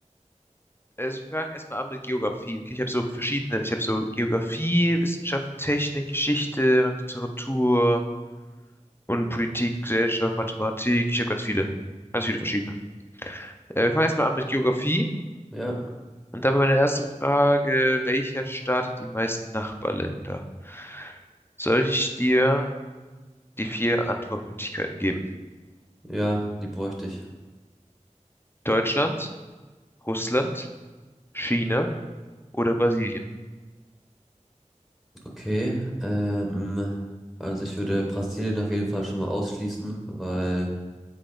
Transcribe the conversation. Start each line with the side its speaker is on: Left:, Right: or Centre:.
Left: also wir fangen erstmal an mit Geografie. Okay, ich habe so verschiedene. Ich habe so Geografie, Wissenschaften, Technik, Geschichte, Literatur und Politik, Gesellschaft, Mathematik. Ich habe ganz viele. Ganz viele verschiedene. Äh, wir fangen erstmal an mit Geografie.
Centre: Ja,
Left: Und dabei meine erste Frage, welcher Staat hat die meisten Nachbarländer? Soll ich dir die vier Antwortmöglichkeiten geben?
Centre: ja, die bräuchte ich.
Left: Deutschland, Russland, China oder Brasilien?
Centre: Okay, ähm, also ich würde Brasilien auf jeden Fall schon mal ausschließen, weil